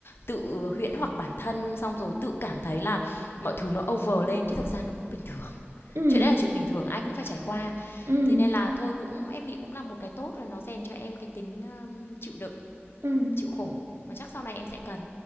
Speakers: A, on the left; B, on the right.
A: tự huyễn hoặc bản thân xong rồi tự cảm thấy là mọi thứ nó over lên chứ thực ra nó cũng bình thường
B: Ừ.
A: chuyện đấy là chuyện bình thường ai cũng phải trải qua
B: Ừ.
A: thế nên là thôi cũng em nghĩ cũng là một cái tốt rồi nó rèn cho em cái tính um, chịu đựng
B: Ừ.
A: chịu khổ và chắc sau này em sẽ cần